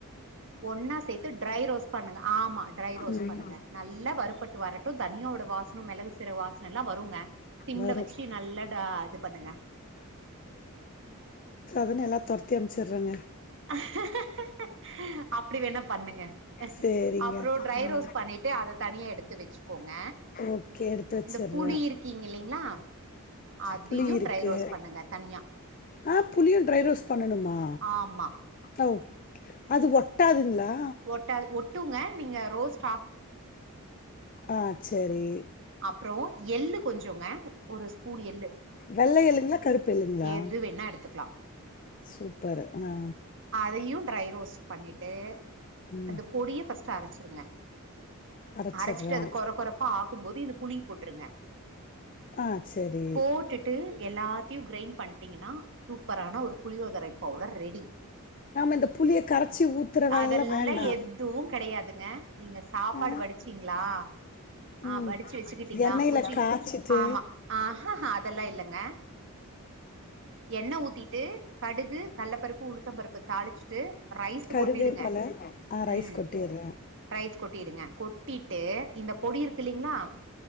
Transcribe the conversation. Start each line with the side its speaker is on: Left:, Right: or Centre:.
Right: ஒன்னா சேத்து ட்ரை ரோஸ்ட் பண்ணுங்க ஆமா ரோஸ்ட்
Left: ம்
Right: பண்ணுங்க நல்லா வருறுப்பட்டு வரட்டு தனியாவோட வாசனம் மிளகு சீரக வாசன எல்லா வருங்க சிம்ல
Left: வரு
Right: வச்சு நல்லாட இது பண்ணுங்க
Left: அத எல்லா தொரத்தி அமைச்சிருறேங்க
Right: அஹாஹாஹா அப்டி வேணா பண்ணுங்க
Left: சேரிங்க
Right: அப்றோ ட்ரை
Left: ஆ
Right: ரோஸ் பண்ணிட்டு அத தனியா எடுத்து வச்சுக்கோங்க
Left: ஓகே எடுத்து வச்சிட்றே
Right: இந்த புளி இருக்கீங்க இல்லங்ளா அதையு
Left: புளி இருக்கு
Right: ட்ரை ரோஸ்ட் பண்ணுங்க தனியா
Left: ஆ புளியு ட்ரை ரோஸ்ட் பண்ணணுமா
Right: ஆமா
Left: ஓ அது ஓ கட்டாதுங்களா
Right: ஒட்டாது ஒட்டுங்க நீங்க ரோஸ்
Left: ஆ சேரி
Right: அப்புறோ எள்ளு கொஞ்சோங்க ஒரு ஸ்பூன் எல் எள்ளு
Left: வெள்ள எள்ளுங்களா கருப்பு எள்ளுங்களா
Right: எது வேணா எடுத்துக்கலா
Left: சூப்பரு ஆ
Right: அதையு ட்ரை ரோஸ்ட் பண்ணிட்டு
Left: ம்
Right: அந்த பொடிய ஃபஸ்ட்டு அரச்சுருங்க
Left: அரைச்சர்றே
Right: அரச்சுட்டு அது கொற கொறப்பா ஆக் க்கும் போது இந்த புளி போட்டுருங்க
Left: ஆ சரி
Right: போட்டுட்டு எல்லாத்தையு கிரைண்ட் பண்டீங்கன்னா சூப்பரான ஒரு புளியோதரை பவுடர் ரெடி
Left: நாம இந்த புளிய கரைச்சி ஊத்துற வேலல்லா
Right: அதெல் எல்லா
Left: வேண்டா
Right: எதுவும் கொடையாதுங்க நீங்க சாப்பாடு
Left: ஆ
Right: வடிச்சீங்களா ஆ
Left: ம்
Right: வடுச்சு வெச்சுக்கிட்டீங்களா
Left: எண்ணெயில
Right: கொஞ்சியி
Left: காய்ச்சிட்டு
Right: ஆமா ஆஹா ஹா அதெல்லா இல்லங்க எண்ண ஊத்திட்டு கடுகு கள்ளப்பருப்பு உளுத்தம் பருப்பு தாளிச்சுட்டு ரைஸு
Left: கருவேப்பல
Right: கொட்டிடுங்க
Left: ஆ ரைஸ்
Right: ம்
Left: கொட்டிர்றே
Right: ரைஸ் கொட்டிருங்க கொட்டிட்டு இந்த பொடி இருக் இல்லீங்களா